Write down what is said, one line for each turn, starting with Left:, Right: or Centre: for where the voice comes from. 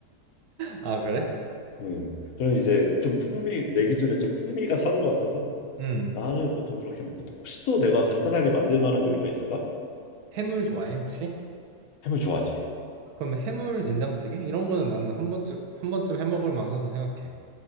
Right: 아, 그래?
Left: 음. 그럼 이제 좀 풍미 내 기준에 좀 풍미가 사는 것 같아서
Right: 음.
Left: 나는 보통 그렇게 먹고 혹시 또 내가 간단하게 만들 만한 요리가 있을까?
Right: 해물 좋아해, 혹시?
Left: 해물 좋아하지.
Right: 그럼 해물 된장찌개? 이런 거는 나는 한 번쯤, 한 번쯤 해 먹을 만하다 생각해.